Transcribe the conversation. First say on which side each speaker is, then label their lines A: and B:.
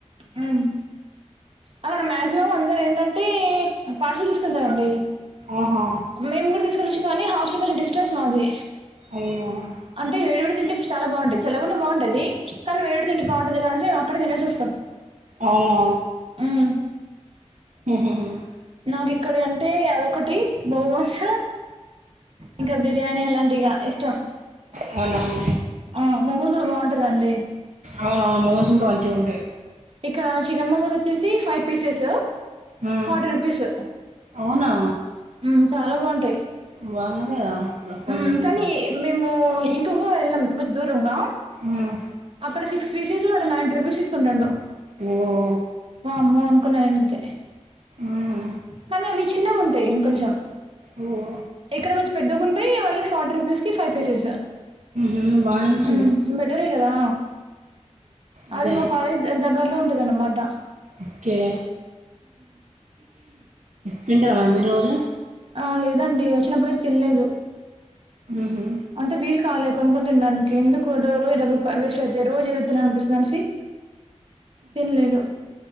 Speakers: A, on the right (about 55°); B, on the right (about 85°).
A: ఉమ్ అక్కడ మాక్సిమం అందరు ఏంటంటే పార్సల్ తీసుకెళ్తరండి
B: ఆహా
A: మేము గుడా తీసుకెళచ్చు కానీ హాస్టల్ కొంచెం డిస్టెన్స్ మాది
B: అయ్యో
A: అంటే వేడివిడి తింటే చాలా బాగుంటది చల్లగున్న బాగుంటది కనీ వేడివిడి తింటే బాగుంటది కదానేసి మేం అక్కడే తినేసి వస్తాం
B: అవునా
A: ఉమ్.
B: ఉమ్ హ్ హ్
A: నాకు ఇక్కడియి అంటే అదొకటి మోమోస్ ఇంకా బిర్యానీ అలాంటిఇగా ఇష్టం
B: అవునవును
A: ఆ మోమోస్ గూడ బాగుంటదండి
B: అవునవును మొమోస్ ఇంక మంచిగుంటయ్
A: ఇక్కడ చికెన్ మోమోస్ వచ్చేసి five pieces
B: um
A: forty rupees
B: అవునా
A: ఉమ్ చాలా బాగుంటయ్
B: బానే ఉందిగా అసలు ఫార్టీ
A: ఉ
B: రూపీస్
A: కానీ
B: ది
A: మేము ఇంకొక వెళ్ళాం కొంచెం దూరంగా
B: ఉమ్
A: అక్కడ సిక్స్ పీసెస్ వాడు నైన్టీ రూపీస్ తీసుకుంటాండు
B: ఓ
A: వామ్మో అనుకున్నా నేనయితే
B: ఉహు
A: కానీ అవి చిన్నగా ఉంటాయి ఇంకొంచెం
B: ఓ
A: ఇక్కడ కొంచెం పెద్దగాంట టయ్ మళ్ళీ ఫార్టీ రూపీస్ కి ఫైవ్ పీసెస్
B: ఉ బాగానేంచిండు
A: మ్మ్ బెటరే కదా
B: అదే
A: అది మా కాలేజ్ దగ్గరలో ఉంటందన్నమాట
B: ఓకే తింటార మరి మీరు రోజు
A: ఆ లేదండి వచ్చినప్పుడైతే తినలేదు
B: ఉహు
A: అంటే వీళ్లు కాలేకు కొనుక్కొని తినడానికి ఎందుకు వృధా ఈ డబ్బుల్ వేస్ట్ అయితే రోజు ఏదోతిన్నానిపిస్తది అనేసి తినలేదు